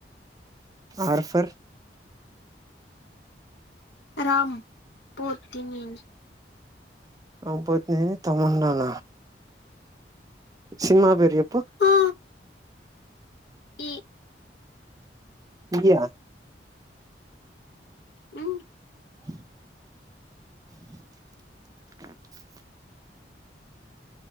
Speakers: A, on the right; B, on the left.
A: R for
B: Ram Pothineni
A: Ram Pothineni తమన్నాన సినిమా పేరు చెప్పు
B: ఆ ఈ
A: ఇయా
B: ఉ
A: <inaudible>